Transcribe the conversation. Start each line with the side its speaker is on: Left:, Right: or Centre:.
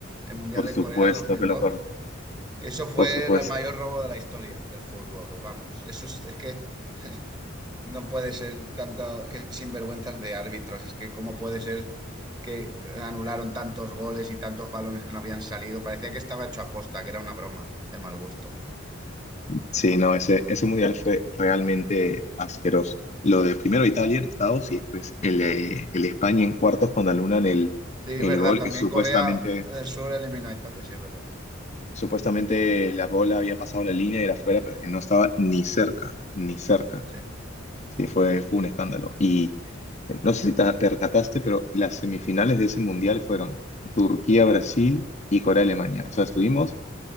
Right: el Mundial
Left: Por
Right: de
Left: supuesto
Right: Corea dos mil
Left: que lo
Right: dos.
Left: por,
Right: Eso fue
Left: por supuesto.
Right: el mayor robo de la historia del fútbol, vamos. Eso es, es que <laughs> No puede ser tanto que sinvergüenzas de árbitros. Es que cómo puede ser que anularon tantos goles y tantos balones que no habían salido. Parecía que estaba hecho a posta, que era una broma de mal gusto.
Left: Sí, no, ese, ese mundial fue realmente asqueroso. Lo de primero Italia en octavos y después el, de- el de España en cuartos cuando anulan el,
Right: Sí, es
Left: el
Right: verdad.
Left: gol
Right: También
Left: que supuestamente
Right: Corea del Sur eliminó a Italia, sí, es verdad.
Left: Supuestamente la bola había pasado la línea y era fuera, pero es que no estaba ni cerca, ni cerca.
Right: Sí. <laughs>
Left: Sí, fue, fue un escándalo. Y eh, no sé si te te percataste, pero las semifinales de ese mundial fueron Turquía, Brasil y Corea, Alemania. O sea, estuvimos